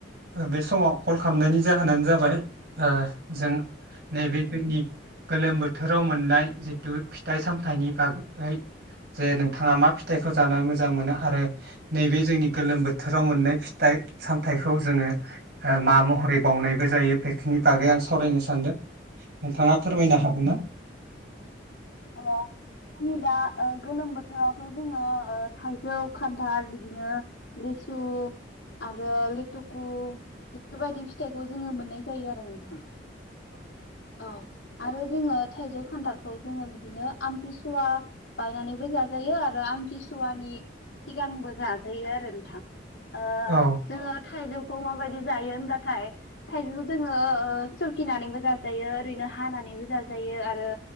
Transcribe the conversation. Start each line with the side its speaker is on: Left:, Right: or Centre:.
Right: बे समाव कल खालामनायनि जाहोनानो जाबाय ओ जों नैबे जोंनि गोलोम बोथोराव मोननाय जिथु फिथाइ सामथाइनि बागै जे नोंथाङा मा फिथाइखौ जाना मोजां मोजां मोना। आरो नैबे जोंनि गोलोम बोथोराव मोननाय फिथाइ सामथाइखौ जोङो मा महरै बावनायबो जायो बे बेखिनि बागै आं सावरायनो सानदों नोंथाङा फोरमायनो हागोन ना?
Left: जोंनि दा ओ गोलोम बोथोरावथ' जोङो ओ थाइजौ खान्थाल बिदिनो लेसु आरो लेथुकु बेफोरबायदि फिथाइखौ जोङो मोननाय जायो आरो नोंथां। औ आरो जोङो थायजौ। खानथालखौ जोङो बिदिनो आमथिसुवा बायनानैबो जाजायो आरो आमथिसुवानि सिगांबो जाजायो आरो नोंथां। ओ
Right: औ
Left: जोङो थाइजौ। खौ माबायदि जायो होनब्लाथाय थाइजौखौ जोङो ओ सुरखिनानैबो जाजायो ओरैनो हानानैबो जाजायो आरो।